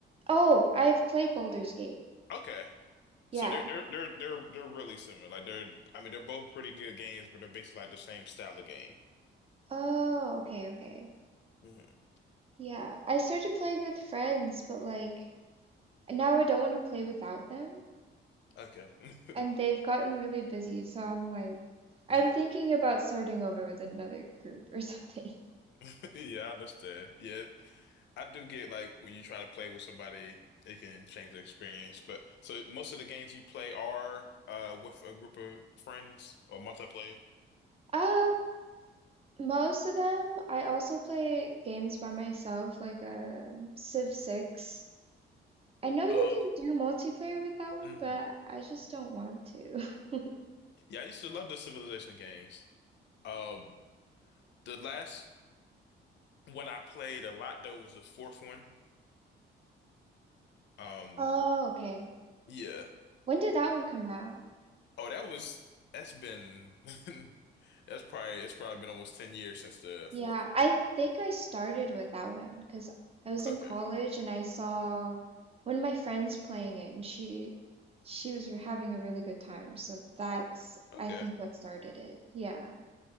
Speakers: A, on the right; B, on the left.
A: Oh, I've played Baldur's Gate.
B: Okay.
A: Yeah.
B: So they're they're they're they're they're really similar. Like they're I mean they're both pretty good games, but they're basically like the same style of game.
A: Oh, okay, okay.
B: hmm
A: Yeah. I started playing with friends, but like and now I don't want to play without them.
B: Okay. <laughs>
A: And they've gotten really busy, so I'm like I'm
B: Yeah.
A: thinking about starting over with another group or <laughs> something.
B: <laughs> Yeah, I understand. Yeah. I do get like when you try to play with somebody, it can change the experience. But so most of the games you play are uh with a group of friends or multiplayer.
A: Uh, most of them, I also play games by myself, like um Civ 6. I know you
B: Oh,
A: can do multiplayer with that one,
B: hmm
A: but I just don't want to. <laughs>
B: Yeah, I used to love the Civilization games. Um, the last one I played a lot though was the fourth one. Um,
A: Oh, okay.
B: yeah.
A: When did that one come out?
B: Oh, that was that's been <laughs> that's probably it's probably been almost 10 years since the
A: Yeah,
B: fourth.
A: I think I started with that one because I was
B: Okay.
A: in college and I saw one of my friends playing it and she she was re- having a really good time. So that's
B: Okay.
A: I think what started it. Yeah.